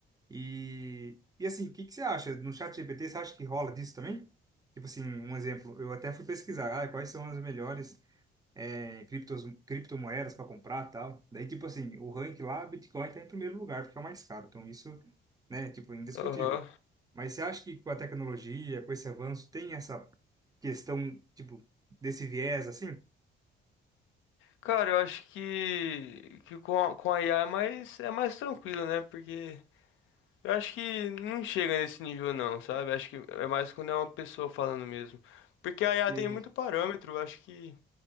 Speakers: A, on the right; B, on the left.
A: E, e assim, o que que você acha? No chat GPT, você acha que rola disso também? Tipo assim, um exemplo, eu até fui pesquisar, ah, quais são as melhores é, criptos, criptomoedas para comprar tal. Daí, tipo assim, o rank lá, Bitcoin tá em primeiro lugar, porque é o mais caro. Então, isso, né, tipo, é indiscutível.
B: Aham.
A: Mas você acha que com a tecnologia, com esse avanço, tem essa questão, tipo, desse viés, assim?
B: Cara, eu acho que, que com a, com a IA é mais, é mais tranquilo, né? Porque Eu acho que não chega nesse nível não, sabe? Acho que é mais quando é uma pessoa falando mesmo. Porque a IA
A: E,
B: tem muito parâmetro, acho que